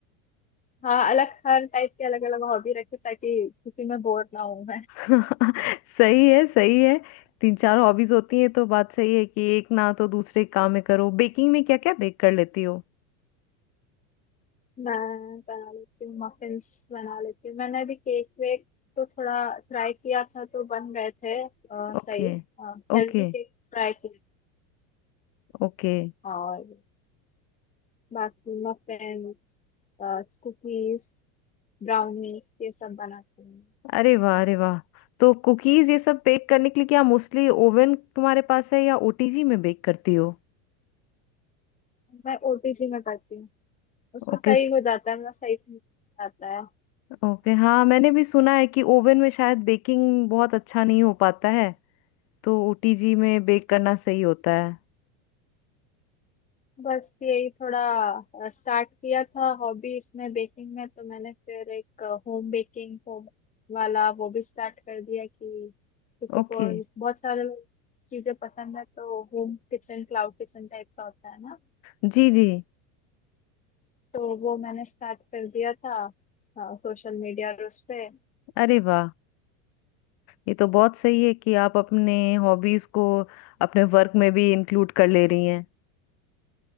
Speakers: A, on the left; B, on the left.
A: हाँ अलग हर टाइप के अलग अलग हॉबी रखी ताकि किसी में बोर ना हूँ
B: <laughs> सही है सही है तीन चार हॉबीज होती है तो बात सही है कि एक ना तो दूसरे काम में करो बेकिंग में क्या क्या बेक कर लेती हो
A: मैं बना लेती हूँ मफिन्स बना लेती हूँ मैंने अभी केक वेक तो थोड़ा ट्राई किया था तो बन गए थे अ, सही
B: ओके
A: हेल्दी
B: ओके
A: केक ट्राई किए
B: ओके
A: और बाकी मफिन्स कुकीज ब्राउनीज ये सब बनाती हूँ
B: अरे वाह अरे वाह तो कुकीज ये सब बेक करने के लिए क्या मोस्टली ओवन तुम्हारे पास है या ओटीजी में बेक करती हो
A: मैं ओटीजी में करती हूँ उसमें
B: ओके
A: सही
B: स-
A: हो जाता है मेरा सही से आता है
B: ओके हाँ मैंने भी सुना है कि ओवन में शायद बेकिंग बहुत अच्छा नहीं हो पाता है तो ओटीजी में बेक करना सही होता है
A: बस यही थोड़ा स्टार्ट किया था हॉबीज में बेकिंग में तो मैंने फिर एक होम बेकिंग होम वाला वो भी स्टार्ट कर दिया कि किसी
B: ओके
A: को इस- बहुत सारे चीजें पसंद है तो home kitchen cloud kitchen type का होता है ना
B: जी जी
A: तो वो मैंने स्टार्ट कर दिया था सोशल मीडिया और उस पे
B: अरे वाह ये तो बहुत सही है कि आप अपने हॉबीज को अपने वर्क में भी इंक्लूड कर ले रही हैं